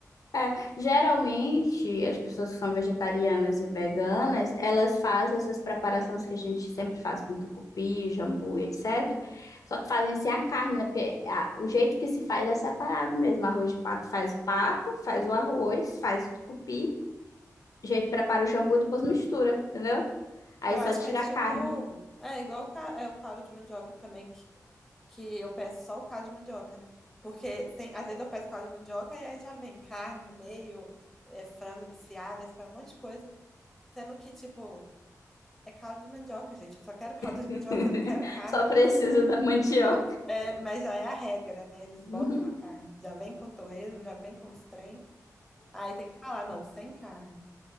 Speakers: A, on the left; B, in the centre.
A: É, geralmente, as pessoas que são vegetarianas e veganas, elas fazem essas preparações que a gente sempre faz com tucupi, jambu e etc. Só que fazem sem a carne, né? Porque a- o jeito que se faz é separado mesmo. Arroz de pato faz o pato, faz o arroz, faz o tucupi, já prepara o jambu e depois mistura, entendeu? Aí
B: Eu
A: só
B: acho
A: tira
B: que é tipo.
A: a carne.
B: É igual o, ca- é, o caldo de mandioca também, que, que eu peço só o caldo de mandioca, né? Porque sem, às vezes eu peço caldo de mandioca e aí já vem carne no meio, é, frango desfiado, esse um monte de coisa. Sendo que, tipo, é caldo de mandioca, gente. Eu só quero <laughs> caldo de
A: <laughs>
B: mandioca, eu não quero carne.
A: Só precisa da mandioca.
B: É, mas já é a regra, né? Eles botam
A: Uhum.
B: a carne. Já vem com torresmo, já vem com os trem. Aí tem que falar, não, sem carne.